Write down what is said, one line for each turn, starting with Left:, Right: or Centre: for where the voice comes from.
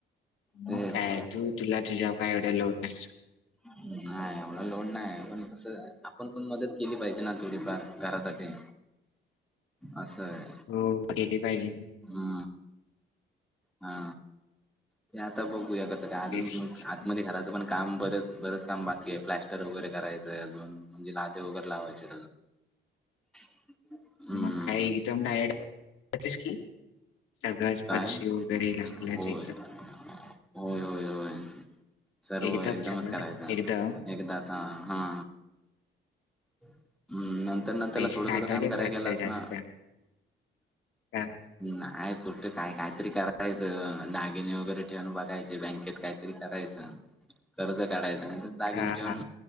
Centre: तेच
Left: मग काय तू तुला तुझ्यावर काय एवढा लोड नाही.
Centre: हम्म. नाय एवढा लोड नाय. पण कसं आपण पण मदत केली पाहिजे ना. थोडीफार घरासाठी. असंय.
Left: हो केली पाहिजे ना.
Centre: हा हा. ते आता बघूया कसं काय, अजून
Left: तेच की.
Centre: आतमध्ये घराचं पण काम बरेच बरेच काम बाकीय. प्लॅस्टर वगैरे करायचंय अजून. म्हणजे लादे वगैरे लावायचे. <inaudible> हम्म
Left: मग काय <unintelligible> इथ डायस की. सगळच
Centre: काय
Left: फरशी वगैरे लागलंच
Centre: होय
Left: एकदम.
Centre: होय होय होय. सर्व
Left: एकदम
Centre: एकदमच
Left: सगळं
Centre: करायचं.
Left: एकदम
Centre: एकदाच. हा हा. हम्म, नंतर नंतरला
Left: पैसे
Centre: थोडं
Left: साठवलेच
Centre: थोडं काम करायला
Left: वाटतं
Centre: गेलंत
Left: जास्त.
Centre: ना?
Left: हां,
Centre: ना. आहे कुठं काय? कायतरी करायचं, दागिने वगैरे ठेवून बघायचे, बँकेत काहीतरी करायचं. कर्ज काढायचं नाही तर दागिने
Left: हां,
Centre: ठेवून.